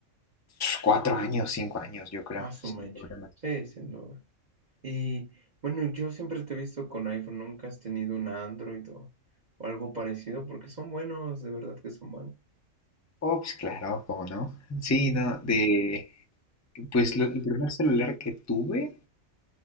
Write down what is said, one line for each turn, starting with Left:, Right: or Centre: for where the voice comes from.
Left: cuatro años, cinco años, yo creo,
Right: Ah, su
Left: sin
Right: mecha.
Left: problemas.
Right: Sí, sin duda. Y bueno, yo siempre te he visto con iPhone, nunca has tenido un Android o, o algo parecido, porque son buenos, de verdad que son buenos.
Left: Oh, pues claro, ¿cómo no? Sí, no, de... Pues lo- el primer celular que tuve,